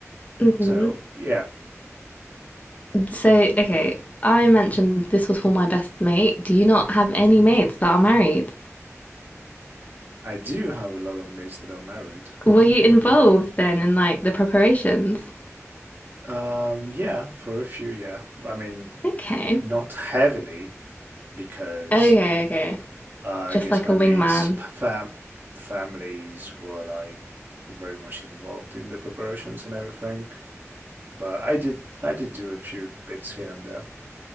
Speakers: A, on the left; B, on the right.
A: hmm
B: So yeah,
A: So, okay, I mentioned this was for my best mate. Do you not have any mates that are married?
B: I do have a lot of mates that are married.
A: Were you involved
B: Yeah.
A: then in like the preparations?
B: Um, yeah, for a few, yeah. I mean,
A: Okay.
B: not heavily because
A: Okay, okay.
B: uh, I
A: Just
B: guess
A: like
B: my
A: a wingman.
B: mates' fam families were like very much involved in the preparations and everything. But I did I did do a few bits here and there.